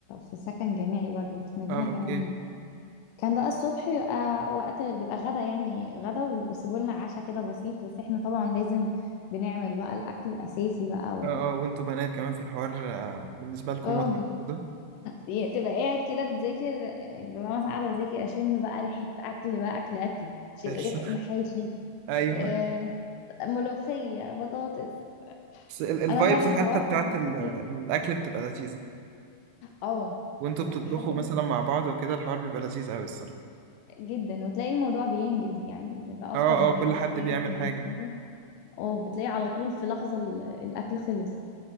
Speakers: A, on the left; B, on the right.
A: في سكن جامعي برضو كنت في مدينة
B: اه اوكي
A: جامعية كان ده الصبح بيبقى وقت بيبقى غدا يعني غدا ويسيبوا لنا عشاء كده بسيط بس احنا طبعا لازم بنعمل بقى الاكل الاساسي بقى و...
B: اه اه وانتوا بنات كمان في الحوار آه، بالنسبة لكم
A: اه
B: متعة كده
A: يعني تبقى قاعد كده بتذاكر ببقى مثلا قاعدة بذاكر أشم بقى ريحة أكل بقى أكل أكل ش-
B: بس
A: ريحة محاشي
B: ايوه
A: آه، ملوخية بطاطس
B: بس الفايبس
A: أنا مرة اتهورت
B: حتى بتاعت
A: وعملت
B: ال-
A: كيك
B: الاكل بتبقى لذيذه
A: اه
B: وانتوا
A: لما
B: بتطبخوا
A: حد بي...
B: مثلا مع بعض وكده الحوار بيبقى لذيذ قوي الصراحه
A: جدا وتلاقي الموضوع بينجز يعني بيبقى أكتر
B: اه
A: من
B: اه كل
A: حد
B: حد
A: قاعد
B: بيعمل
A: بيعمل
B: حاجه
A: حاجة اه بتلاقي على طول في لحظة ال- الأكل خلص